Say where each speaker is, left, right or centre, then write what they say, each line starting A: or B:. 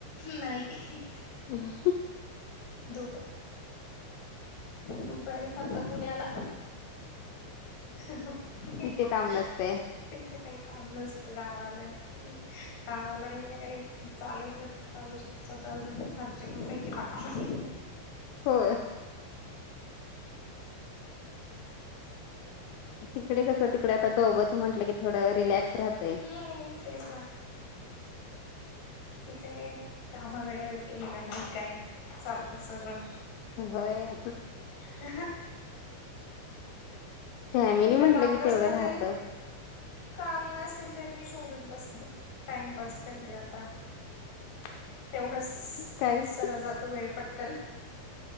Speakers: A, on the left (about 55°); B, on the left (about 85°).
A: नाही.
B: हंम.
A: दुप दुपारी फक्त पुण्याला का?
B: तिथे काम नसतय
A: त्यांच काही काम नसतं गावाला गावालाही ना काही. चालायचंच चालू स्वतः फरची पुसायची बाकीकी.
B: हो. तिकडे कसं तिकडे आता दोघंच म्हटलं की थोडं रिलॅक्स राहतंय.
A: हम तेच ना. तिथे काही कामा वेळेवर केली काय मी काय चालत सगळं.
B: व्हय
A: ह हं
B: फॅमिली
A: इथं
B: म्हंटलं
A: काम
B: कि
A: नसलं
B: तेवढं राहतं.
A: तरी काम नसेल तरी मी शोधत बसते टाइमपास काही ते आता
B: <inaudible>
A: तेवढाच,
B: काय
A: चला जातो वेळ पट